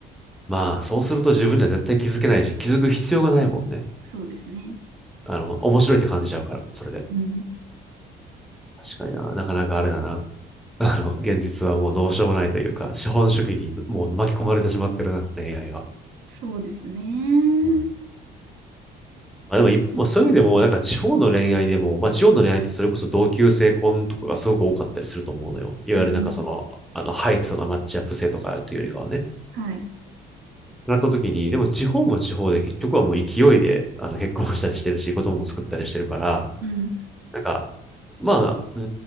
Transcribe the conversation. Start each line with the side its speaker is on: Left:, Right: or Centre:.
Centre: まあそうすると自分じゃ絶対気づけないし、気づく必要がないもんね。
Right: う、そうですね。
Centre: あの、面白いって感じちゃうから、それで。
Right: うん。
Centre: 確かにな。なかなかあれだな。あの、現実はもうどうしようもないというか、資本主義にもう巻き込まれてしまってるな、恋愛は。
Right: そうですね。
Centre: うんまあでも一方、
Right: うん。
Centre: そういう意味でも、なんか地方の恋愛でも、まあ地方の恋愛ってそれこそ同級生婚とかがすごく多かったりすると思うのよ。いわゆるなんかその、
Right: うん
Centre: あの、ハイソなマッチアップ性とかというよりかはね。
Right: はい。
Centre: なった時に、でも地方も地方で結局はもう勢いで、あの、結婚したりしてるし、子供も作ったりしてるから、
Right: うん。
Centre: なんか、まあ、うー